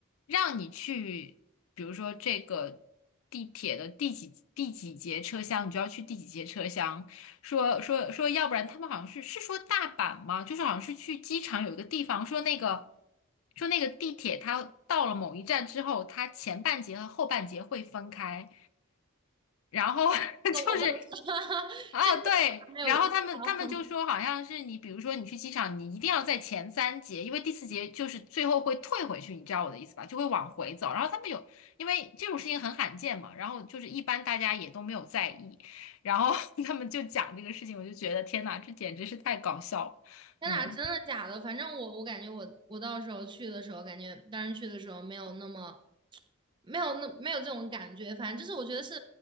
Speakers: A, on the left (about 70°); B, on the right (about 20°).
A: 让你去，比如说这个地铁的第几第几节车厢，你就要去第几节车厢。说说说，要不然他们好像是是说大阪吗？就是好像是去机场有一个地方，说那个说那个地铁它到了某一站之后，它前半节和后半节会分开。然后 <laughs> 就是
B: 我倒是
A: 啊，
B: <laughs>，这个我还没有用啊！
A: 对，然后他们他们就说，好像是你，比如说你去机场，你一定要在前三节，因为第四节就是最后会退回去，你知道我的意思吧？就会往回走。然后他们有，因为这种事情很罕见嘛，然后就是一般大家也都没有在意，然后 <laughs> 他们就讲这个事情，我就觉得天哪，这简直是太搞笑了，
B: 天呐，
A: 嗯
B: 真的假的？反正我我感觉我我到时候去的时候，感觉当时去的时候没有那么没有那没有这种感觉。反正就是我觉得是